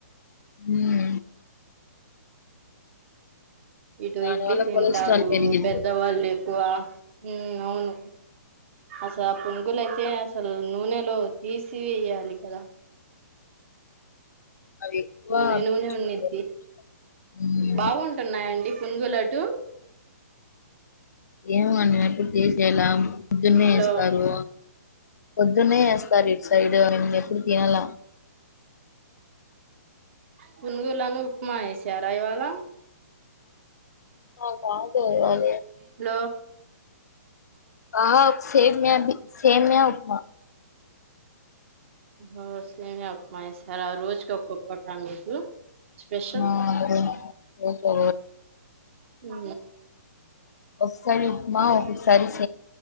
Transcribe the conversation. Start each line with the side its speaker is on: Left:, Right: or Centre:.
Left: హ్మ్
Right: ఇటు
Left: దాని
Right: ఇడ్లీ
Left: వల్ల
Right: తింటారు
Left: కొలెస్ట్రాల్ పెరిగిద్ది.
Right: పెద్దవాళ్ళు కువా అవును అసలు ఆ పునుగులు అయితే అసలు నూనెలో తీసి వేయ్యాలి కదా
Left: అవి ఎక్కువ
Right: నిల్వ
Left: పీల్చుకుంటారు.
Right: నే ఉన్నిద్ది
Left: హ్మ్
Right: బాగుంటున్నాయండి పున్గులటు
Left: ఏమో అండి నేను ఎప్పుడు టేస్ట్ చెయ్యలా పొద్దున్నే
Right: లో
Left: ఇస్తారు పొద్దున్నే వేస్తార్ ఇట్ సైడ్ ఇ ఎప్పుడు తినల
Right: పునుగులను ఉప్మా వే సారా ఇవాళ
Left: అ అదే అ అ
Right: హలో
Left: బ సేమ్యా అభ సేమ్యా ఉప్మా
Right: ఒహోసేమియా ఉప్మా ఎశారా ఆ రోజుకి ఒక్కక్కటా మీకు స్పెషల్
Left: ఆ అదే ఓకే ఒకే
Right: ఆ
Left: ఒక సారి ఉప్మా ఒకసారి